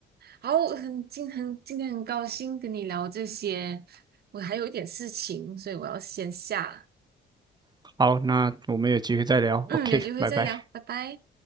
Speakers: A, on the right; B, on the right.
A: 好，很今很今天很高兴跟你聊这些，我还有一点事情，所以我要先下。
B: 好，那我们有机会再聊。
A: 嗯，
B: OK，
A: 有机会再聊，
B: 拜拜。
A: 拜拜。